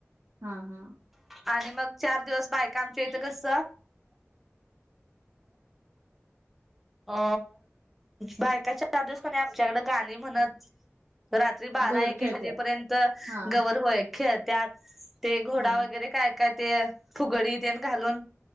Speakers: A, on the right; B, in the centre.
A: हा हा.
B: आणि मग चार दिवस बायका आमच्या यथं कस अ बायकाच्या धूस कोणी आमच्याकडे गाणी म्हणत. रात्री बारा
A: गवर
B: एक
A: खेळत्यात
B: एक वाजेपर्यंत
A: हा
B: गवर होय खेळत्यात. ते घोडा
A: हा
B: वगैरे काय काय ते फुगडी ते घालून